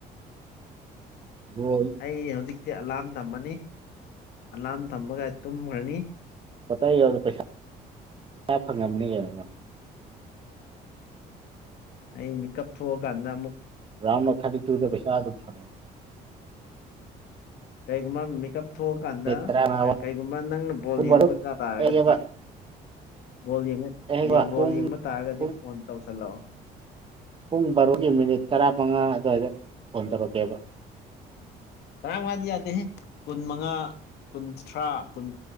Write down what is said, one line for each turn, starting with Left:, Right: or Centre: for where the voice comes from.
Right: ꯎꯝ
Left: ꯑꯩ ꯍꯧꯖꯤꯛꯇꯤ ꯑꯂꯥꯝ ꯊꯝꯃꯅꯤ ꯑꯂꯥꯝ ꯊꯝꯃꯒ ꯇꯨꯝꯈ꯭ꯔꯅꯤ
Right: ꯍꯇ ꯌꯧꯔ ꯄꯩꯁꯥ ꯄꯩꯁꯥ ꯐꯪꯉꯝꯅꯤ ꯀꯕꯃ
Left: ꯑꯩ ꯃꯤ ꯀꯊꯣꯛ ꯀꯥꯟꯗ
Right: ꯔꯝꯅ ꯊꯥꯔꯗꯤ ꯇꯨꯗ ꯄꯩꯁꯥ ꯑꯗꯨ ꯐꯔꯦ
Left: ꯀꯩꯒꯨꯝꯕ ꯃꯦꯀꯞ ꯊꯣꯛꯑꯀꯥꯟꯗ
Right: ꯇꯔꯥꯃꯉꯥ
Left: ꯀꯩꯒꯨꯝꯕ ꯅꯪꯅ ꯕꯣꯜ
Right: ꯄꯨꯡ
Left: ꯌꯦꯡꯕ
Right: ꯕꯥꯔꯣ
Left: ꯇꯥꯔꯒꯗꯤ
Right: <inaudible>
Left: ꯕꯣꯜ ꯌꯦꯡꯕ
Right: ꯑꯩꯕ
Left: ꯕꯣꯜ
Right: ꯄꯨꯡ
Left: ꯌꯦꯡꯕ ꯇꯥꯔꯒꯗꯤ
Right: ꯄꯨꯡ
Left: ꯐꯣꯟ ꯇꯧꯁꯜꯂꯛꯑꯣ
Right: ꯄꯨꯡ ꯕꯥꯔꯣꯒꯤ ꯃꯤꯅꯤꯠ ꯇꯔꯥ ꯃꯉꯥ ꯑꯗꯨꯋꯥꯏꯗ ꯐꯣꯟ ꯇꯧꯔꯛꯀꯦꯕ
Left: ꯇꯔꯥꯃꯉꯥꯗꯤ ꯌꯥꯗꯦ ꯀꯨꯟ ꯃꯉꯥ ꯀꯨꯟꯊ꯭ꯔꯥ ꯀꯨꯟ